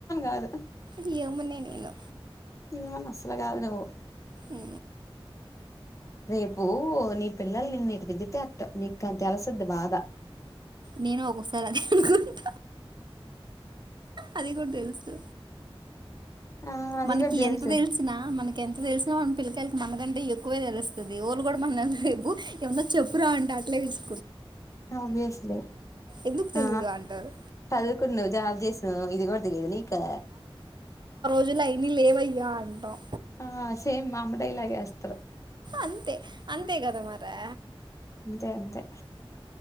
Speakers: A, on the left (about 35°); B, on the right (about 50°).
A: కాదు
B: హ్యూమన్ నే నేను
A: ఏమన్నా అసలు కాదు నువ్వు
B: ఈ
A: రేపు నీ పిల్లల్ నిన్ను ఇటు దిద్దుతే అట్ నీకు అది తెలుసుద్ది బాధ
B: నేను ఒకసారి అది అనుకుంటను అది కూడా తెలుసు
A: ఆ అది
B: మనకి
A: కూడా తెలుసు
B: ఎంత తెలిసినా మనకి ఎంత తెలిసిన వాన్ పిల్లకాయలకు మనగాని ఎక్కువే తెలుస్తుంది ఎవ్వలు కూడా మనల్ని రేపు ఏమన్నా చెప్పురా అంటే అట్లే వీస్
A: ఓబియస్లీ
B: ఎందుకు
A: ఆ
B: తెలీదు అంటారు
A: చదువుకుండు జాబ్ చేసి నా ఇది కూడా తెలీదు నీకా
B: రోజులు అయినాయ్ లేవయ్యా అంటాం
A: ఆ సేమ్ మా అమ్మ డైలాగ్ గే ఏస్తారు
B: అంతే అంతే కదా మరే
A: ఇంతే అంతే